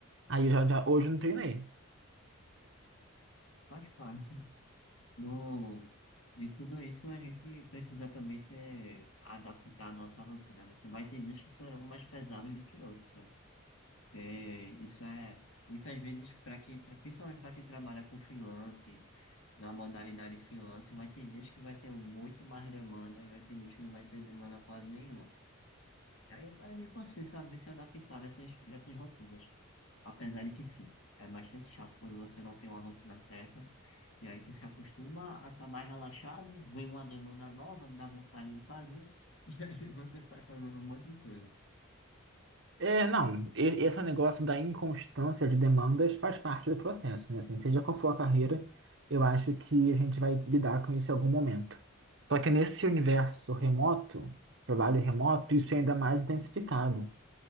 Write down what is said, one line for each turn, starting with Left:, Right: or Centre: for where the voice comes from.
Right: Aí eu já, já hoje eu não treinei.
Left: Faz parte do, de tudo isso, a gente precisa também se adaptar à nossa rotina, né? Vai ter dias que serão mais pesados do que outros, sabe? Tem- isso é, muitas vezes, para quem, tra- principalmente para quem trabalha com freelance, na modalidade freelance, vai ter dias que vai ter muito mais demanda e vai ter dias que não vai ter demanda quase nenhuma. E Aí vai de você saber se adaptar nessas, nessas rotinas. Apesar de que sim, é bastante chato quando você não tem uma rotina certa. E aí tu se acostuma a estar mais relaxado, vem uma demanda nova, dá vontade de fazer, <laughs> e aí você vai fazendo um monte de coisa.
Right: É, não, e- esse negócio da inconstância de demandas faz parte do processo, né? Assim, seja qual for a carreira, eu acho que a gente vai lidar com isso em algum momento. Só que nesse universo remoto, trabalho remoto, isso é ainda mais intensificado.